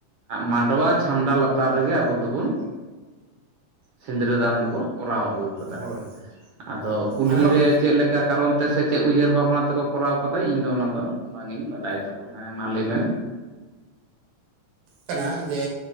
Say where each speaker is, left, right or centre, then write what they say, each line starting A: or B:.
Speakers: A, on the right; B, on the right.
A: ᱢᱟᱰᱣᱟ ᱪᱷᱟᱢᱰᱟ ᱞᱟᱛᱟᱨ ᱨᱮᱜᱮ ᱟᱵᱚ ᱫᱚᱵᱚᱱ ᱥᱤᱸᱫᱽᱨᱟᱹᱫᱟᱱ ᱫᱚᱠᱚ ᱠᱚᱨᱟᱣ ᱟᱹᱜᱩ ᱠᱟᱫᱟ
B: ᱦᱳᱭ
A: ᱟᱫᱚ ᱠᱩᱞᱦᱤ
B: ᱟᱨᱦᱚᱸ
A: ᱨᱮ ᱪᱮᱫ ᱞᱮᱠᱟ ᱪᱮᱫᱠᱟ ᱠᱟᱨᱚᱱ ᱛᱮ ᱥᱮ ᱪᱮᱫ ᱩᱭᱦᱟᱹᱨ ᱵᱷᱟᱵᱽᱱᱟ ᱛᱮᱠᱚ ᱠᱚᱨᱟᱣ ᱠᱟᱫᱟ ᱤᱧ ᱫᱚ ᱚᱱᱟ ᱫᱚ ᱵᱟᱝ ᱤᱧ ᱵᱟᱰᱟᱭ ᱛᱟᱵᱚᱱᱟ ᱢᱟ ᱞᱟᱹᱭ ᱢᱮ
B: ᱠᱟᱱᱟ ᱡᱮ